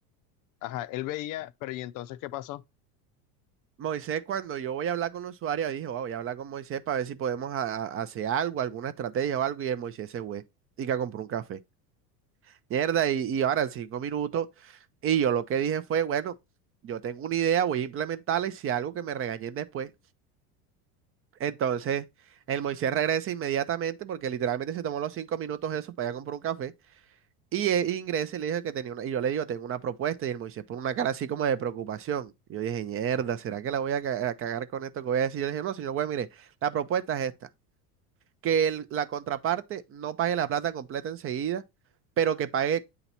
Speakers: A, on the left; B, on the right.
A: ajá, él veía, pero ¿y entonces qué pasó? O
B: Moisés, cuando yo voy a hablar con el usuario, dijo, "Wow, voy a hablar con Moisés para ver si podemos a- a- hacer algo, alguna estrategia o algo. Y el Moisés se fue y que compró un café. mierda, y, y ahora en cinco minutos. Y yo lo que dije fue, bueno, yo tengo una idea, voy a implementarla y si algo que me regañen después. Entonces, el Moisés regresa inmediatamente porque literalmente se tomó los cinco minutos eso para ir a comprar un café. Y él ingresa y le dijo que tenía una, y yo le digo, tengo una propuesta. Y el Moisés pone una cara así como de preocupación. Y yo dije, mierda, ¿será que la voy a, ca- a cagar con esto que voy a decir? Yo le dije, no, señor güey, mire, la propuesta es esta, que el- la contraparte no pague la plata completa enseguida, pero que pague